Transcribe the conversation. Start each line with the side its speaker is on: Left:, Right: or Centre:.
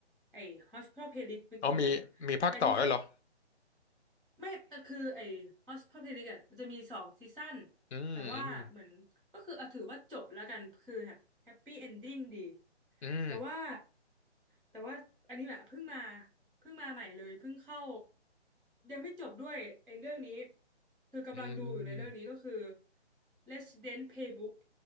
Centre: ไอ้ Hospital Playlist เมื่อกี้เนาะ
Left: อ๋อมีมีภาคต่อด้วยเหรอ
Centre: แต่อันนี้จะ ไม่แต่คือไอ้ Hospital อ่ะมันจะมีสองซีซั่น
Left: อืมอืม
Centre: แต่ว่าเหมือนก็คือเอาถือว่าจบแล้วกันคือแบบแฮปปี้เอนดิ้งดี
Left: อืม
Centre: แต่ว่าแต่ว่าอันนี้แบบเพิ่งมาเพิ่งมาใหม่เลยเพิ่งเข้ายังไม่จบด้วยไอ้เรื่องนี้คือกำลังดูอยู่เลยเรื่องนี้ก็คือ
Left: อืม
Centre: Resident Playbook